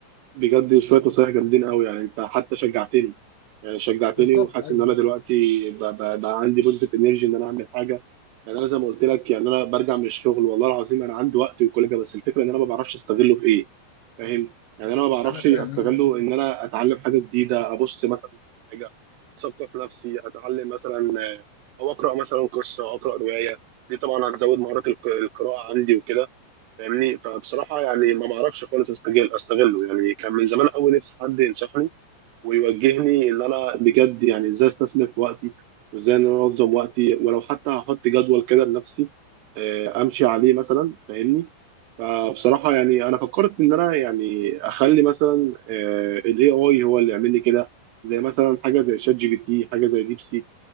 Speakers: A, on the right (about 85°); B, on the left (about 75°).
A: بجد شوية نصايح جامدين قوي يعني انت حتى شجعتني يعني شجعتني
B: بالظبط
A: وحاسس
B: ايوه
A: ان انا دلوقتي بقى, بقى, بقى عندي بوزيتيف انرجي ان انا اعمل حاجة يعني انا زي ما قلت لك يعني انا برجع من الشغل والله العظيم انا عندي وقت وكل حاجة بس الفكرة ان انا ما بعرفش استغله في ايه فاهم يعني انا ما بعرفش
B: انا فاهم
A: استغله
B: انا
A: ان انا اتعلم حاجة جديدة ابص مثلا في حاجة اثقف نفسي اتعلم مثلا آه، او اقرا مثلا قصة او اقرا رواية دي طبعا هتزود مهارات الق- القراءة عندي وكده فاهمني فبصراحه يعني ما بعرفش خالص استغل استغله يعني كان من زمان قوي نفسي حد ينصحني ويوجهني ان انا بجد يعني ازاي استثمر في وقتي وازاي ان انا انظم وقتي ولو حتى هحط جدول كده لنفسي آه، امشي عليه مثلا فاهمني فبصراحه يعني انا فكرت ان انا يعني اخلي مثلا الاي اي هو اللي يعمل لي كده زي مثلا حاجه زي شات جي بي تي حاجه زي ديب سيك